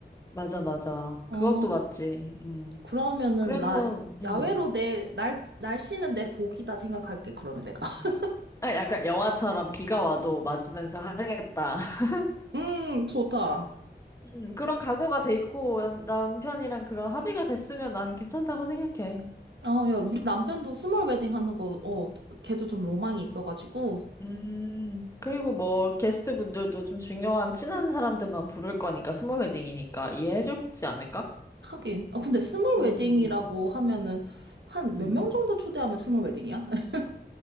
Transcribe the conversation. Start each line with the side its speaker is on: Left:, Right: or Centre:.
Left: 맞아, 맞아.
Right: 어,
Left: 그것도 맞지. 음.
Right: 그러면은
Left: 그래서,
Right: 나
Left: 음.
Right: 야외로 내 날, 날씨는 내 복이다 생각할게, 그러면 내가. <laughs>
Left: 아, 약간 영화처럼 비가 와도 맞으면서 하겠다. <laughs>
Right: 음, 좋다.
Left: 음, 그런 각오가 돼 있고, 남- 남편이랑 그런 합의가 됐으면 나는 괜찮다고 생각해.
Right: 어, 야, 우리 남편도 스몰 웨딩 하는 거, 어, 걔도 좀 로망이 있어가지고.
Left: 음, 그리고 뭐, 게스트분들도 좀 중요한 친한 사람들만 부를 거니까, 스몰 웨딩이니까 이해해 주지 않을까?
Right: 하긴. 아, 근데 스몰
Left: 음,
Right: 웨딩이라고
Left: 음, 음.
Right: 하면은 한
Left: 음.
Right: 몇 명 정도 초대하면 스몰 웨딩이야? <laughs>